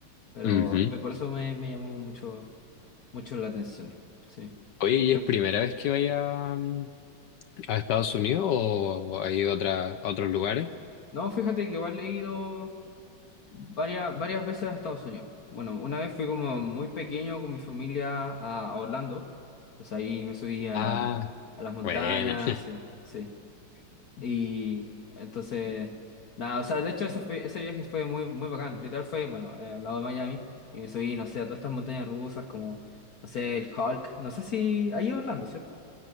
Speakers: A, on the left (about 50°); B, on the left (about 70°).
A: Pero
B: Mm, Ujú.
A: me- por eso me, me llamó mucho, mucho la atención, sí.
B: Oye, ¿y
A: Em,
B: es primera vez que vaya? mm, ¿A Estados Unidos o hay otra, a otros lugares?
A: No, fíjate que igual he ido, varias, varias veces a Estados Unidos. Bueno, una vez fui como muy pequeño con mi familia a, a Orlando. Entonces ahí me subí a
B: Ah,
A: la, a las montañas,
B: bueno, <laughs>
A: sí, sí. Y entonces, nada, o sea, de hecho ese, fue- ese viaje fue muy, muy bacán. Literal fue, bueno, eh, al lado de Miami. Y me subí, no sé, a todas estas montañas rusas como, no sé, el Hulk. No sé si... Ahí en Orlando, ¿cierto?